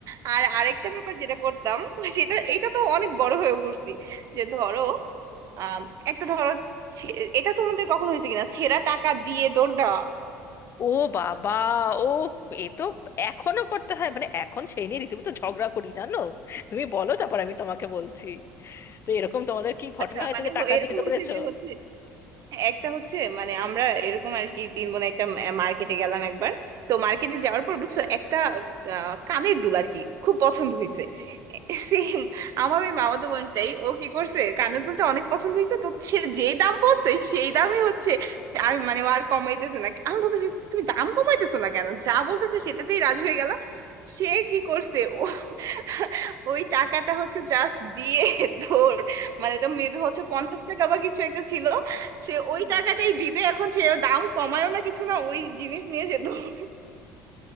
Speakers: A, on the right; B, on the left.
A: আর আরেকটা ব্যাপার যেটা করতাম সেটা এটা তো অনেক বড় হয়ে করছি যে ধরো আম, একটা ধরো ছে- এটা তোমাদের কখনো হয়েছে কিনা ছেঁড়া টাকা দিয়ে দৌড় দেওয়া
B: ও বাবা ও এ তো এখনো করতে হয় মানে এখন সেই নিয়ে রীতিমতো ঝগড়া করি জানো তুমি বলো তারপর আমি তোমাকে বলছি তো এরকম তোমাদের কি ঘটনা
A: আচ্ছা
B: হয়েছে
A: মানে
B: যে
A: হ-
B: টাকা
A: এরকম
B: দিয়ে দৌড়েছো
A: হয়েছে যে হচ্ছে হ্যাঁ, একটা হচ্ছে মানে আমরা এরকম আর কি তিন বোন একটা মার্কেটে গেলাম একবার তো মার্কেটে যাওয়ার পর বুঝছো একটা আহ, কানের দুল আর কি খুব পছন্দ হয়েছে সেম আমার ওই মামাতো বোনটাই ও কি করছে কানের দুলটা অনেক পছন্দ হয়েছে তো সে যে দাম বলছে সেই দামই হচ্ছে সে আর মানে ও আর কমাইতেছে না আমি বলতেছি তুমি দাম কমাইতেছো না কেন যা বলতেছে সেটাতেই রাজি হয়ে গেল সে কি করছে ও <laughs> ওই টাকাটা হচ্ছে জাস্ট দিয়ে তোর মানে ওটা মেবি হচ্ছে পঞ্চাশ টাকা বা কিছু একটা ছিল সে
B: হুম
A: ওই টাকাটাই দিবে এখন সে দাম কমায়ও না কিছু না ওই জিনিস নিয়ে সে দৌড়